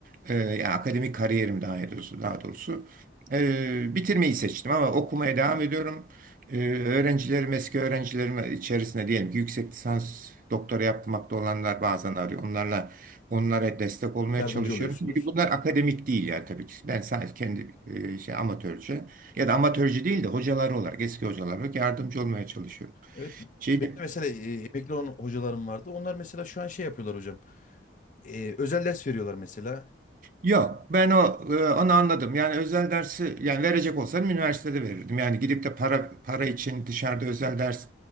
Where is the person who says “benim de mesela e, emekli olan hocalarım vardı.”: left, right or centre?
Left